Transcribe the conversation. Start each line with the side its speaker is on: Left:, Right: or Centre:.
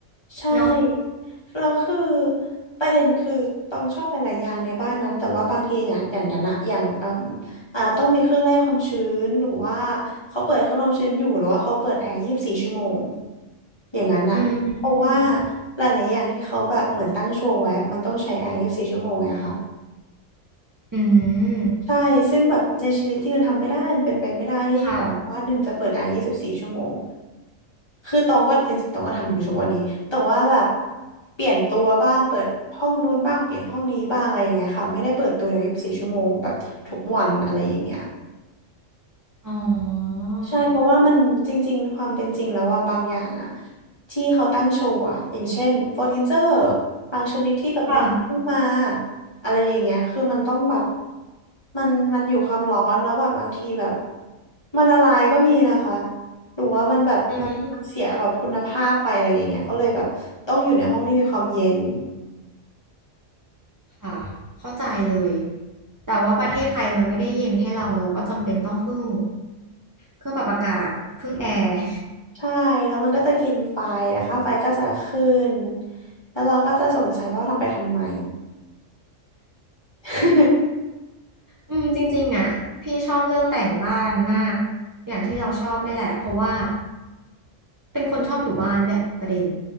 Left: ใช่
Right: เนาะ
Left: แล้วคือประเด็นคือต้องชอบหลายๆอย่างในบ้านนั้นแต่ว่าบางทีอย่างอย่างอย่างนะอย่างเอ่มอ่าต้องมีเครื่องไล่ความชื้นหรือว่าเขาเปิดเครื่องไล่ความชื้นอยู่หรือว่าเขาเปิดแอร์ยี่สิบสี่ชั่วโมงอย่างนั้นน่ะเพราะว่า
Right: อืม
Left: หลายๆอย่างที่เขาแบบเหมือนตั้งโชว์ไว้อะมันต้องใช้แอร์ยี่สิบสี่ชั่วโมงไงคะ
Right: อืม
Left: ใช่ ซึ่งแบบในชีวิตที่มันทำไม่ได้มันเป็นไปไม่ได้ที่แบบบ้านหนึ่งจะเปิดไอยี่สิบสี่ชั่วโมง
Right: ค่ะ
Left: คือตองก็จริงๆตองก็ทำอยู่ทุกวันนี้แต่ว่าแบบเปลี่ยนตัวบ้าง เปิดห้องนู้นบ้าง เปลี่ยนห้องนี้บ้างอะไรอย่างเงี้ยค่ะไม่ได้เปิดตัวเดียวยี่สิบสี่ชั่วโมงแบบทุกวันอะไรอย่างเงี้ย
Right: อ๋อ
Left: ใช่เพราะว่ามันจริงๆความเป็นจริงแล้วว่าบางอย่างอะที่เขาตั้งโชว์อะอย่างเช่นเฟอร์นิเจอร์บางชนิดที่แบบนำเข้ามา
Right: ค่ะ
Left: อะไรอย่างเงี้ยคือมันต้องแบบมันมันอยู่ความร้อนแล้วแบบบางทีแบบมันละลายก็มีนะคะหรือว่ามันแบบมันมันเสียแบบคุณภาพไปอะไรอย่างเงี้ยเขาเลยแบบต้องอยู่ในห้องที่มีความเย็น
Right: อืมค่ะเข้าใจเลยแต่ว่าประเทศไทยมันไม่ได้เย็นให้เราเราก็จำเป็นต้องพึ่งเครื่องปรับอากาศพึ่งแอร์
Left: ใช่แล้วมันก็จะกินไฟนะคะไฟก็จะขึ้นแล้วเราก็จะสงสัยว่าทำไปทำไม <laughs>
Right: อืมจริงๆอ่ะพี่ชอบเรื่องแต่งบ้านมากอย่างที่เราชอบเนี่ยแหละเพราะว่าเป็นคนชอบอยู่บ้านด้วยประเด็น